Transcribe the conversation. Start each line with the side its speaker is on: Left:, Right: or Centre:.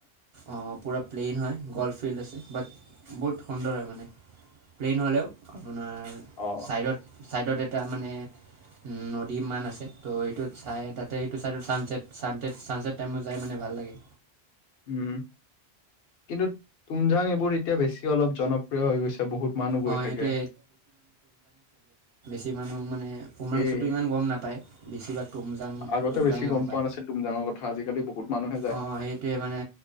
Right: অ পুৰা প্লেইন হয় গলফ। ফিল্ড আছে বাট বহুত সুন্দৰ হয় মানে প্লেইন হ'লেও। আপোনাৰ
Left: অ
Right: ছাইডত। চাইডত এটা মানে উ নদী মান আছে ত' এইটোত চাই তাতে এইটো। ত ছানচেট ছানচট ছানচেট টাইমত যাই মানে ভাল লাগে।
Left: উম কিন্তু তুম যা বোৰ এতিয়া বেছি অলপ জনপ্ৰিয় হৈ গৈছে বহুত মানুহ গৈ
Right: অ
Left: থাকে।
Right: সেইটোৱে ক মানুহ মানে উমংচুটো
Left: এই
Right: ইমান গম নাপায় বেছিভাগ তুমজাং
Left: আগতে
Right: তুমজাঙে
Left: বেছি গম
Right: পায়
Left: পোৱা নাছিল তুমজাঙৰ কথা আজিকালি বহুত মানুহে যায়
Right: অ সেইটোৱে মানে